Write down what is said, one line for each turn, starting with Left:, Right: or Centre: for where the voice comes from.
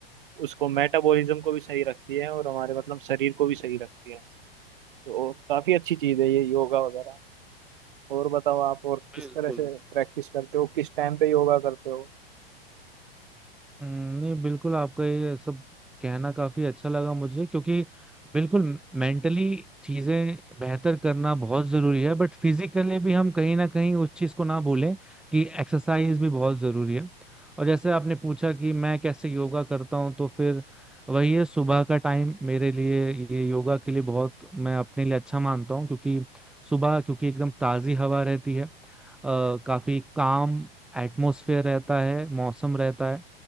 Right: उसको मेटाबॉलिज्म को भी सही रखती है और हमारे मतलब शरीर को भी सही रखती है तो काफी अच्छी चीज है ये योगा वगैरह और बताओ आप और किस
Centre: बिल्कुल
Right: तरह से प्रैक्टिस करते हो किस टाइम पे योगा करते हो
Centre: हम्म, नहीं बिल्कुल आपका ये सब कहना काफी अच्छा लगा मुझे क्योंकि बिल्कुल मेंटली चीजें बेहतर करना बहुत जरूरी है बट फिजिकली भी हम कहीं ना कहीं उस चीज को ना भूलें कि एक्सरसाइज भी बहुत जरूरी है और जैसे आपने पूछा कि मैं कैसे योगा करता हूँ तो फिर वही है सुबह का टाइम मेरे लिए ये योगा के लिए बहुत मैं अपने लिए अच्छा मानता हूँ क्योंकि सुबह क्योंकि एकदम ताजी हवा रहती है अ, काफी काम एटमोसफेयर रहता है मौसम रहता है